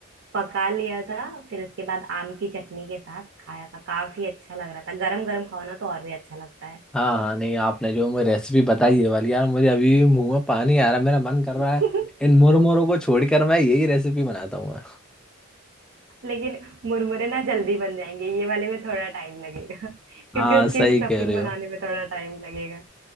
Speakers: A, on the right; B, in the centre.
A: पका लिया था फिर उसके बाद आम की चटनी के साथ खाया था काफी अच्छा लग रहा था गरम गरम खाओ ना तो और भी अच्छा लगता है
B: हाँ हाँ नहीं आपने जो मुझे रेसिपी बताई है वाली यार मुझे अभी भी मुंह में पानी आ रहा है मेरा मन कर
A: <laughs>
B: रहा है इन मुरमुरों को छोड़कर मैं यही रेसिपी बनाता हूँ मैं।
A: लेकिन मुरमुरे ना जल्दी बन जाएंगे ये वाले में थोड़ा टाइम लगेगा <laughs> क्योंकि
B: हाँ
A: उसकी
B: सही
A: स्टफिंग
B: कह रहे
A: बनाने
B: हो
A: में थोड़ा टाइम लगेगा